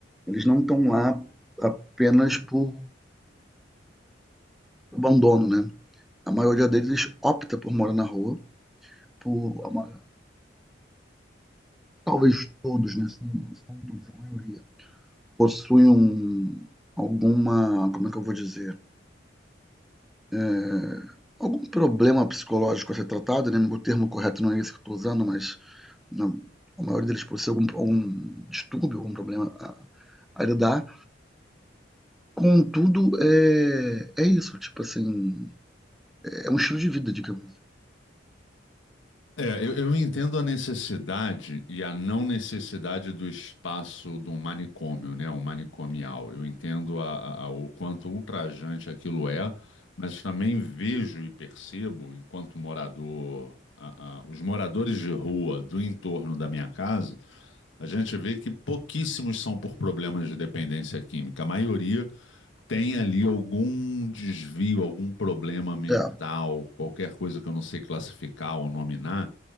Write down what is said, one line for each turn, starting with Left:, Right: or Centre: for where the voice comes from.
Centre: eles não estão lá apenas por abandono, né? A maioria deles opta por morar na rua, por a ma- talvez todos, né? Se não todos, a maioria possuem um- alguma, como é que eu vou dizer? É, algum problema psicológico a ser tratado, né? O termo correto não é esse que eu estou usando, mas não, o maior deles por ser algum, algum distúrbio, algum problema a, a lidar. Contudo, é, é isso, tipo assim, é um estilo de vida, digamos.
Left: É, eu, eu entendo a necessidade e a não necessidade do espaço do manicômio, né? O manicomial. Eu entendo a- a- a- o quanto ultrajante aquilo é, mas também vejo e percebo, enquanto morador, a- a- os moradores de rua do entorno da minha casa, a gente vê que pouquíssimos são por problemas de dependência química. A maioria tem ali algum desvio, algum problema mental,
Centre: É,
Left: qualquer coisa que eu não sei classificar ou nominar,